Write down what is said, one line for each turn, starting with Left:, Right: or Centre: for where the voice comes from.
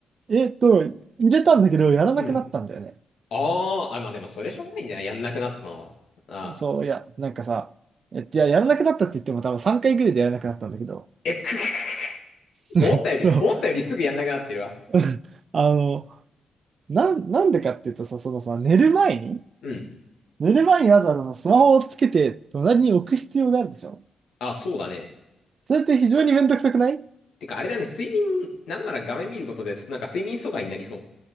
Right: えっと、入れたんだけど、やらなくなったんだよね。
Left: うん。あー、あ、まあでも、それしょうがないんじゃないやんなくなったのは。あ
Right: そう、いや、なんかさ、えっと、いや、やらなくなったって言っても多分3回ぐらいでやらなくなったんだけど、
Left: ー、え、く、<laughs>
Right: <laughs>
Left: 思ったより、
Right: そう、
Left: 思ったよりすぐやんなくなってるわ。
Right: <laughs> あの、なん、なんでかっていうとさ、そのさ、寝る前に、
Left: うん。
Right: 寝る前にわざわざさスマホをつけて隣に置く必要があるでしょ
Left: あ、そうだね。
Right: それって非常にめんどくさくない
Left: てか、あれだね、睡眠、なんなら画面見ることです。なんか睡眠阻害になりそう。